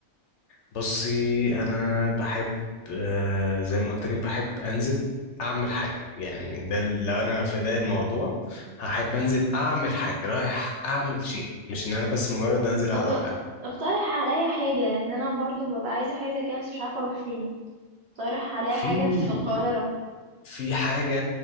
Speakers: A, on the left (about 65°); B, on the right (about 55°).
A: بصي انا بحب آه زي ما قلت لك بحب انزل اعمل حاجه يعني ده ال- لو انا في ده الموضوع هحب انزل اعمل حاجه رايح اعمل شيء مش ان انا بس مجرد انزل
B: طب
A: اقعد على القهوه
B: اقترح عليا حاجة لأن أنا برضو ببقى عايزة حاجة زي كده بس مش عارفة أروح فين اقترح عليا
A: في
B: حاجة في القاهرة
A: في حاجة